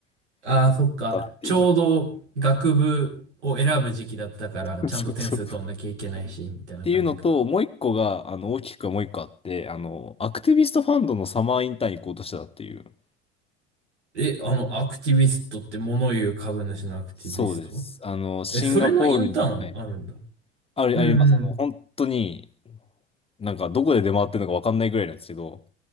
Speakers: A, on the right (about 80°); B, on the left (about 15°).
A: ああ、そっか。
B: <laughs> だっていう
A: ちょうど学部を選ぶ時期だったから、
B: の。
A: ちゃんと点数取んなきゃいけないし、
B: <laughs> そうそう。っ
A: みたいな感じか。
B: ていうのと、もう一個が、あの、大きくはもう一個あって、あの、アクティビストファンドのサマーインターン行こうとしてたっていう。
A: え、あの、アクティビストって物言う株主のアクティビスト
B: そうです。あの、シンガポールに、
A: え、それのインターンあるんだ。
B: はい、ある、
A: うん
B: あります。あの、本当に、なんかどこで出回ってるのかわかんないぐらいなんですけど、